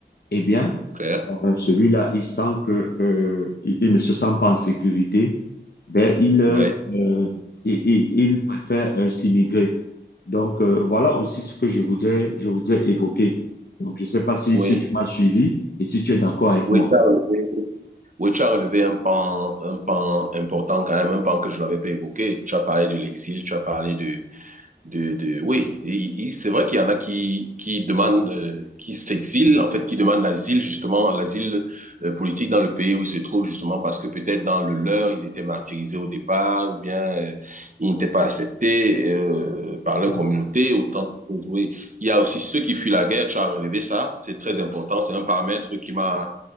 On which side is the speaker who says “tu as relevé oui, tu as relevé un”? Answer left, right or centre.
Right